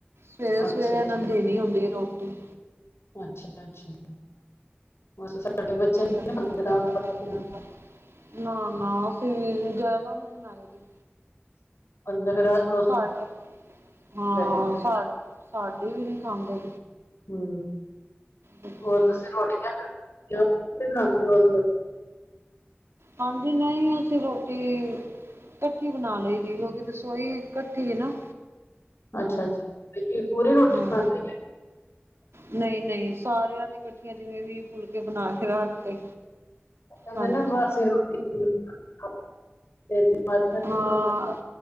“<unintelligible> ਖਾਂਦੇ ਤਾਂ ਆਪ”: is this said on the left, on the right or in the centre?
Left